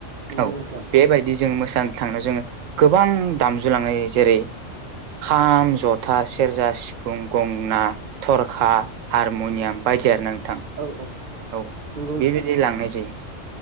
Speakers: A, on the right; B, on the right.
A: नंगौ
B: औ
A: नोंथां
B: बेबायदि जों मोसा नो थांनो जोङो गोबां दामजु लाङो जेरै खाम जथा सेरजा सिफुं गंना थरखा हारमुनियाम बायदि आरो ना नों
A: औ औ
B: औ
A: नंगौ नोंथां
B: बेबायदि लांनाय जायो